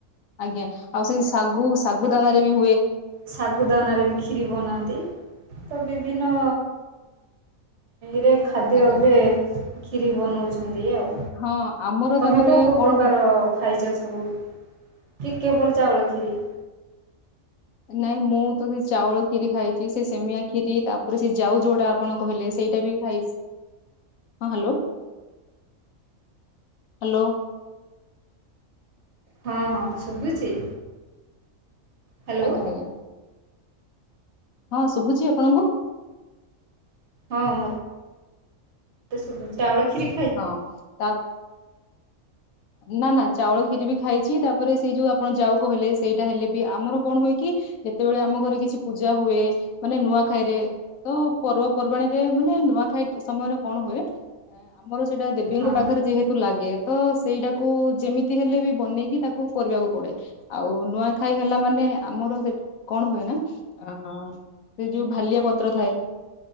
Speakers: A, on the left (about 80°); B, on the right (about 60°).
A: ଆଜ୍ଞା ଆଉ ସେଇ ଶାଗୁ, ଶାଗୁ ଦାନାରେ ବି ହୁଏ।
B: ଶାଗୁ ଦାନାରେ ବି ଖରି ବନାନ୍ତି। ତ ବିଭିନ୍ନ ଇରେ ଖାଦ୍ୟ
A: ଆଜ୍ଞା
B: ଏବେ ଖିରୀ ବନଉଚ। ଛନ୍ତି ଆଉ
A: ହଁ ଆମର
B: ତମେ
A: ତାପରେ
B: କୋଉ କୋଉ
A: କଣ
B: ପ୍ରକାର
A: ହ
B: ଖାଇଛ ସବୁ? କି କେବଳ ଚାଉଳ କ୍ଷୀରି।
A: ନାଇଁ ମୁଁ ତ ସେ ଚାଉଳ ଖିରି ଖାଇଛି ସେ ସେମିଆ ଖିରି ତାପରେ ସେ ଯାଉ ଯୋଉଟା ଆପଣ କହିଲେ ସେଇଟା ବି ଖାଇଛି। ହଁ ହ୍ୟାଲୋ ହ୍ୟାଲୋ।
B: ହଁ ହଁ ଶୁଭୁଛି। ହ୍ୟାଲୋ
A: ଆଜ୍ଞା ଆଜ୍ଞା। ହଁ ଶୁଭୁଛି ଆପଣଙ୍କୁ?
B: ହଁ ମୋ ମୋତେ ସୁଭୁଚି ଚାଉଳଖିରି
A: ହଁ। ତା ନା ନା ଚାଉଳ ଖିରି ବି ଖାଇଛି ତାପରେ ସେଇ ଯୋଉ ଆପଣ ଯାଉ କହିଲେ ସେଇଟା ହେଲେ ବି ଆମର କଣ ହୁଏ କି? ଯେତେବେଳେ ଆମ ଘରେ କିଛି ପୂଜା ହୁଏ ମାନେ ନୂଆଖାଇରେ ତ ପର୍ବପର୍ବାଣୀରେ ମାନେ ନୂଆଖାଇ ସମୟରେ କଣ ହୁଏ? ଆମର ସେଇଟା ଦେବୀଙ୍କ
B: ହଁ
A: ପାଖରେ ଯେହେତୁ ଲାଗେ। ତ ସେଇଟାକୁ ଯେମିତି ହେଲେ ବି ବନେଇକି ତାକୁ କରିବାକୁ ପଡେ। ଆଉ ନୂଆଖାଇ ହେଲା ମାନେ ଆମର ସେ କଣ ହୁଏ ନା। ଅ ସେ ଯୋଉ ଭାଲିଆ ପତ୍ର ଥାଏ।